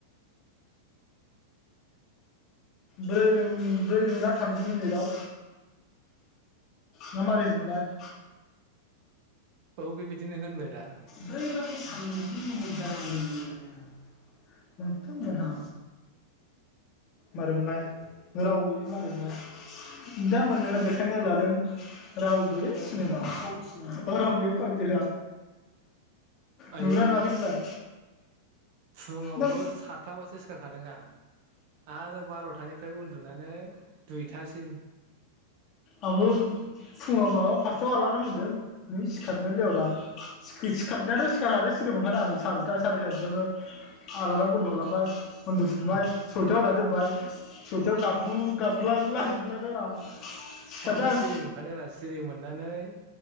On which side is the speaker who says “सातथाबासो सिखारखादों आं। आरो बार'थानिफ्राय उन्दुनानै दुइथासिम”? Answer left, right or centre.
Right